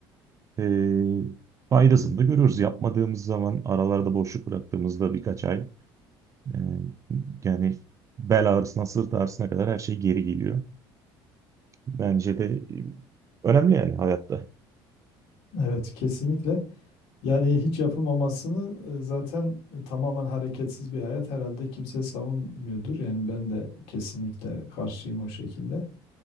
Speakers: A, on the right; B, on the left.
A: E, faydasını da görüyoruz. Yapmadığımız zaman aralarda boşluk bıraktığımızda birkaç ay e, yani bel ağrısına, sırt ağrısına kadar her şey geri geliyor. Bence de e, önemli yani hayatta.
B: Evet, kesinlikle. Yani hiç yapılmamasını e, zaten e, tamamen hareketsiz bir hayat herhalde kimse savunmuyordur. Yani ben de kesinlikle karşıyım o şekilde.